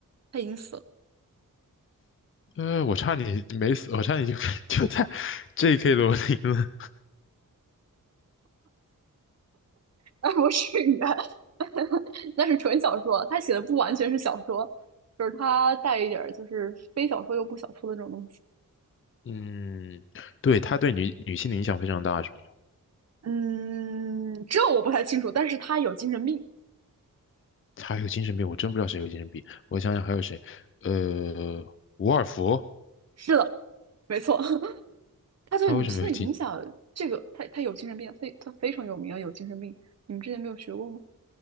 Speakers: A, on the right; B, on the left.
A: 她已经死了，
B: 呃，我差点没死，我差点就 <laughs> 就在 J.K. 罗琳了。
A: 啊，不是语言，<laughs> 那是纯小说，她写的不完全是小说，就是她带一点就是非小说又不小说的这种东西，
B: 嗯，对，他对女女性的影响非常大，是吗？
A: 嗯，这我不太清楚，但是她有精神病，
B: 他还有精神病，我真不知道谁有精神病。我想想还有谁，呃，伍尔夫，
A: 是的，没错。<laughs> 他对女性的影响，
B: 他为什么有精？
A: 这个他他有精神病，他他非常有名啊，有精神病。你们之前没有学过吗？